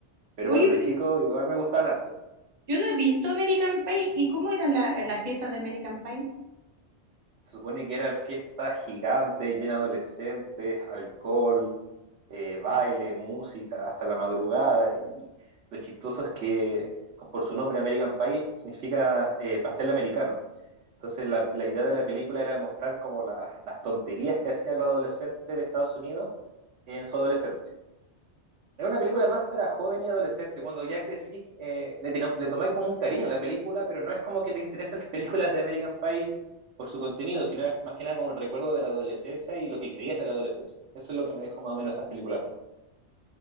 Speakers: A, on the right; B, on the right.
A: Pero
B: Oye,
A: cuando
B: pero
A: chico igual me gustaban harto.
B: yo no he visto American Pie. ¿Y cómo eran la- las fiestas de American Pie?
A: Se supone que eran fiestas gigantes, llenas de adolescentes, alcohol, eh, baile, música, hasta la madrugada. Y lo chistoso es que, por su nombre, American Pie significa eh, pastel americano. Entonces, la, la, idea de la película era mostrar como la, las tonterías que hacían los adolescentes de Estados Unidos en su adolescencia es una película más para joven y adolescente. Cuando ya crecís, eh, le, teno- le tomáis como un cariño a la película, pero no es como que te interesan las <laughs> películas de American Pie por su contenido, sino es más que nada como el recuerdo de la adolescencia y lo que creías de la adolescencia. Eso es lo que me dejó más o menos esas películas a mí.